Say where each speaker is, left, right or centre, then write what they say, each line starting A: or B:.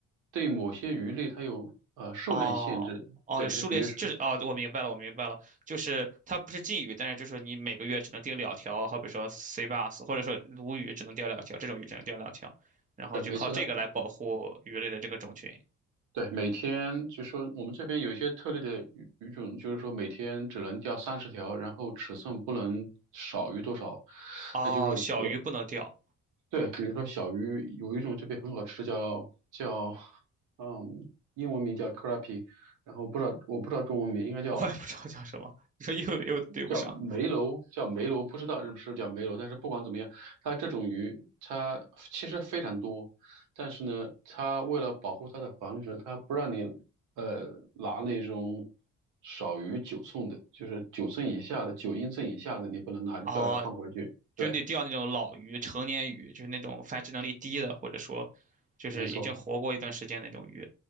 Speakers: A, on the right (about 85°); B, on the right (about 25°).
A: 对某些鱼类它有呃数量限制，
B: 哦哦，
A: 对，
B: 有数列就是哦，
A: 就比如说，
B: 我明白了，我明白了，就是它不是禁渔，但是就是你每个月只能钓两条，好比说 C bass，或者说鲈鱼只能钓两条，这种鱼只能钓两条，然后就靠这个来保护鱼类的这个种群。
A: 呃没错，的。对，每天是说我们这边有一些特例的鱼鱼种，就是说每天只能钓三十条，然后尺寸不能少于多少。
B: 哦，
A: 那就是我，
B: 小鱼不能钓，
A: 对，比如说小鱼，有一种这边很好吃，叫叫，嗯，英文名叫 crappie，然后不知道我不知道中文名，应该叫
B: 我也不知道叫什么，你说又又对不上。
A: 叫梅楼，叫梅楼，不知道是不是叫梅楼，但是不管怎么样，它这种鱼它其实非常多，但是呢，它为了保护它的繁殖，它不让你呃拿那种少于九寸的，就是九寸以下的，九英寸以下的，你不能拿钓了要放回去。
B: 哦，就你得钓那种老鱼、
A: 对，
B: 成年鱼，就是那种繁殖能力低的，或者说就是已经活过一段时间那种鱼。
A: 没错，